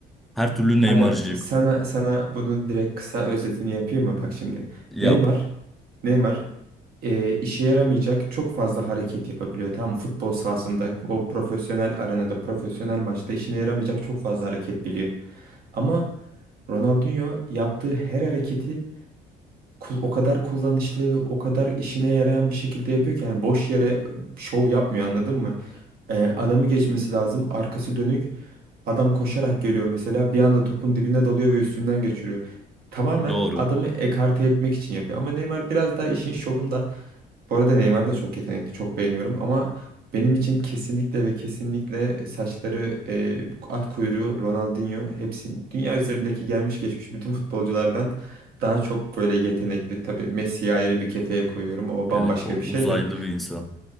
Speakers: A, in the centre; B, on the right.
A: Her türlü Neymar'cıyım.
B: Aga sana sana bunun direkt kısa özetini yapayım mı? Bak şimdi.
A: Yap.
B: Neymar Neymar e, işe yaramayacak çok fazla hareket yapabiliyor. Tamam mı? futbol sahasında o profesyonel arenada profesyonel maçta işine yaramayacak çok fazla hareket biliyor. Ama Ronaldinho yaptığı her hareketi kul- o kadar kullanışlı, o kadar işine yarayan bir şekilde yapıyor ki yani boş yere şov yapmıyor anladın mı? Ee, adamı geçmesi lazım, arkası dönük. Adam koşarak geliyor mesela bir anda topun dibine dalıyor ve üstünden geçiriyor. Tamamen
A: Doğru.
B: adamı ekarte etmek için yapıyor. Ama Neymar biraz daha işin şovunda. Bu arada Neymar da çok yetenekli, çok beğeniyorum ama benim için kesinlikle ve kesinlikle saçları e, at kuyruğu Ronaldinho hepsi dünya üzerindeki gelmiş geçmiş bütün futbolculardan daha çok böyle yetenekli. Tabii Messi'yi ayrı bir kefeye koyuyorum. O bambaşka
A: Evet o
B: bir
A: uzaylı
B: şey de.
A: bir insan.